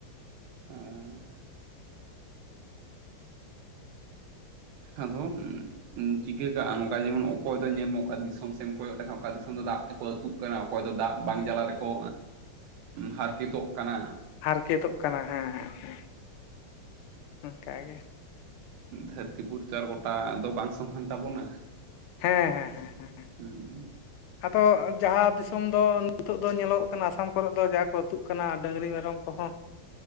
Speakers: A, on the right (about 75°); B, on the left (about 85°).
A: ᱦᱮᱸ ᱟᱫᱚ ᱪᱤᱠᱟᱹ ᱠᱟᱜᱼᱟ ᱟᱢ ᱱᱚᱝᱠᱟ ᱡᱮᱢᱚᱱ ᱚᱠᱚᱭ ᱫᱚ ᱧᱮᱢ ᱚᱠᱟ ᱫᱤᱥᱚᱢ ᱥᱮᱫ ᱮᱢ ᱠᱚᱭᱚᱜ ᱞᱮᱠᱷᱟᱱ ᱚᱠᱟ ᱫᱤᱥᱚᱢ ᱫᱚ ᱫᱟᱜ ᱛᱮ, ᱚᱠᱚᱭ ᱠᱚ ᱟᱹᱛᱩᱜ ᱠᱟᱱᱟ ᱚᱠᱚᱭ ᱫᱚ ᱫᱟᱜ ᱵᱟᱝ ᱡᱟᱞᱟ ᱨᱮᱠᱚ ᱦᱟᱨᱠᱮᱛᱚᱜ ᱠᱟᱱᱟ᱾
B: ᱦᱟᱨᱠᱮᱛᱚᱜ ᱠᱟᱱᱟ ᱦᱮᱸ ᱦᱮᱸ ᱦᱮᱸ᱾ ᱚᱱᱠᱟᱜᱮ
A: ᱫᱷᱟᱹᱨᱛᱤ ᱯᱚᱨᱤ ᱛᱚ ᱟᱨ ᱜᱚᱴᱟ ᱫᱚ ᱵᱟᱝ ᱥᱚᱢᱟᱱ ᱛᱟᱵᱚᱱᱟ᱾
B: ᱦᱮᱸ ᱦᱮᱸ ᱦᱮᱸ ᱦᱮᱸ ᱦᱮᱸ
A: <inaudible>
B: ᱟᱫᱚ ᱡᱟᱦᱟᱸ ᱫᱤᱥᱚᱢ ᱫᱚ ᱱᱤᱛᱚᱜ ᱫᱚ ᱧᱮᱞᱚᱜ ᱠᱟᱱᱟ ᱟᱥᱟᱢ ᱠᱚᱨᱮ ᱫᱚ ᱡᱟ ᱠᱚ ᱟᱹᱛᱩᱜ ᱠᱟᱱᱟ ᱰᱟᱹᱝᱨᱤ ᱢᱮᱨᱚᱢ ᱠᱚᱦᱚᱸ